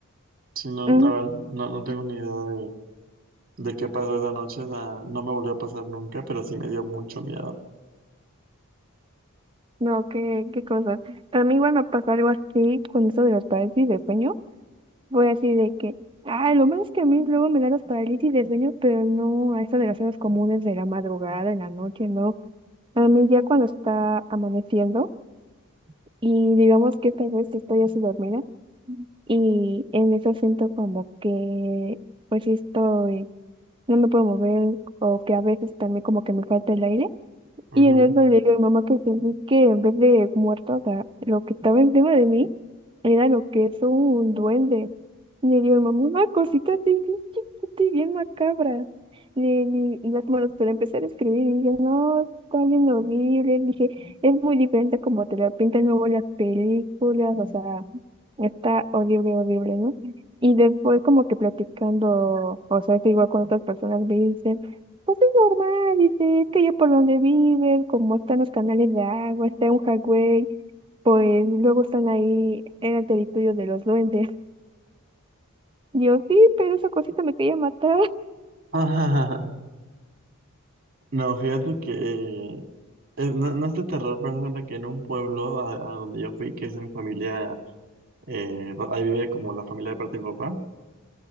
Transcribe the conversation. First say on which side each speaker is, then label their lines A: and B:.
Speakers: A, on the right; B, on the right.
A: Sí, no,
B: Ujú.
A: la verdad, no, no tengo ni idea de, de qué pasó esa noche, o sea, no me volvió a pasar nunca, pero sí me dio mucho miedo.
B: No, qué, qué cosas. A mí igual me pasó algo así con eso de las parálisis de sueño. Fue así de que, ah, lo malo es que a mí luego me dan las parálisis de sueño, pero no a eso de las horas comunes de la madrugada, en la noche, no. A mí ya cuando está amaneciendo y digamos que esta vez estoy así dormida. Y en eso siento como que, pues sí estoy, no me puedo mover o que a veces también como que me falta el aire.
A: Ujú.
B: Y en eso le digo a mi mamá que sentí que en vez de muerto, o sea, lo que estaba encima de mí era lo que es un duende. Y le digo a mi mamá, una cosita así bien chiquita y bien macabra. Y, y, y las manos para empezar a escribir y dije, no, está bien horrible. Dije, es muy diferente a como te lo pintan luego las películas, o sea, está horrible, horrible, ¿no? Y después como que platicando, o sea, esto igual con otras personas, me dicen, pues es normal, dice, es que yo por donde vives, como están los canales de agua, está un jagüey, pues luego están ahí, eran territorios de los duendes. Yo sí, pero esa cosita me quería matar.
A: <laughs> No, fíjate que es- no, no es de terror, pero haz de cuenta que en un pueblo a, a donde yo fui, que es de mi familia eh, do- ahí vive como la familia de parte de mi papá,